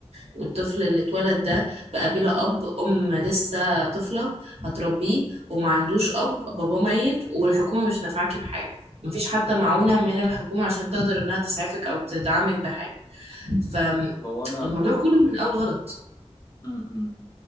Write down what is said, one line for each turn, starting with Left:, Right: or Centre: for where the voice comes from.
Right: والطفل اللي اتولد ده بقى بلا اب ام لسه طفله هتربيه وما عندوش اب باباه ميت والحكومه مش نافعاكي بحاجه مفيش حتى معونه من الحكومه عشان تقدر انها تسعفك او تدعمك بحاجه فالموضوع
Left: هو أنا
Right: كله من اول غلط
Left: م -م.